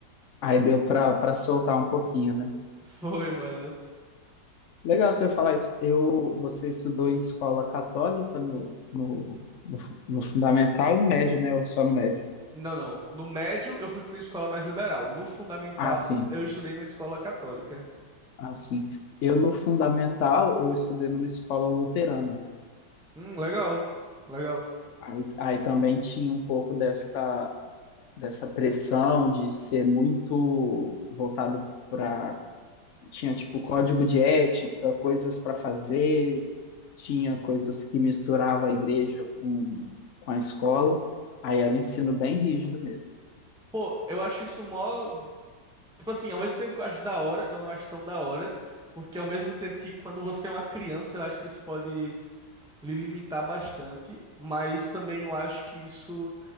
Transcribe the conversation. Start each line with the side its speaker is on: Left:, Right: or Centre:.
Left: Aí deu para para soltar um pouquinho, né?
Centre: <laughs> Foi, mano.
Left: Legal você falar isso. Eu, você estudou em escola católica no, no, no, fu- no fundamental e no médio, né? Ou só no médio?
Centre: Não, não. No médio eu fui para uma escola mais liberal. No fundamental
Left: Ah, sim,
Centre: eu estudei numa escola católica.
Left: ah, sim. Eu, no fundamental, eu estudei numa escola luterana.
Centre: Hum, legal. Legal.
Left: Aí, aí também tinha um pouco dessa. dessa pressão de ser muito voltado para. Tinha, tipo, código de ética, coisas para fazer, tinha coisas que misturava a igreja com, com a escola. Aí era um ensino bem rígido mesmo.
Centre: Pô, eu acho isso mó Tipo assim, ao mesmo tempo que eu acho da hora, eu não acho tão da hora, porque ao mesmo tempo que quando você é uma criança, eu acho que isso pode lhe limitar bastante, mas também eu acho que isso